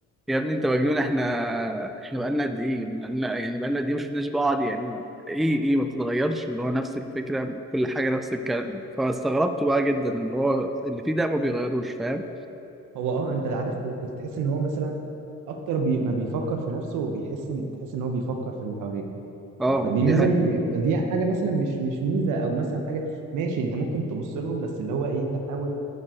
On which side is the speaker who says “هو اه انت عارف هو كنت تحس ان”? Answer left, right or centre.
Right